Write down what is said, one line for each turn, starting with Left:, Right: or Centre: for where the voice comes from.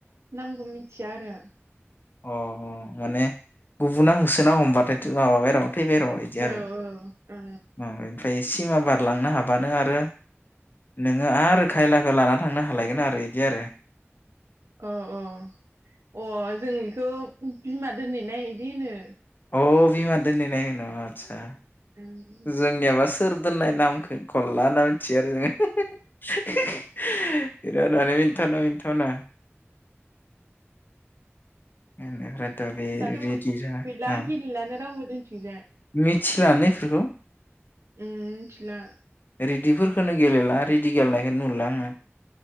Right: नामख मिथिया आरो।
Left: अ अ माने गुबुना होसोना हमबाथाय'थ माबाबाय र' फैबायर' इदि
Right: औ
Left: आरो
Right: औ
Left: ओ इनफ्राय सिमा बारलांनो हाबानो आरो नोङो आरो खायलाखो लानानानै थांनो हालायगोन आरो इदि आरो।
Right: अ अ अ जोंनिखौ बिमा दोनहैनाय दिनो।
Left: अ बिमा दोनहैनाय होनो आत्सा
Right: ओं
Left: जोंनियाबास सोर दोननाय नामखौ गलला होनना थि आरोजों <unintelligible> बिराद माने मिन्थावना मिन्थावना <unintelligible>
Right: दाथ
Left: रेदिरा
Right: गैला
Left: औ
Right: गेलेलानो रावबो। जोंथिंजा
Left: मिथिलानो एफोरखौ
Right: उम मिथिला।
Left: रेडिफोरखोनो गेलेला रिडि गेलेनायखोनो नुला आङो।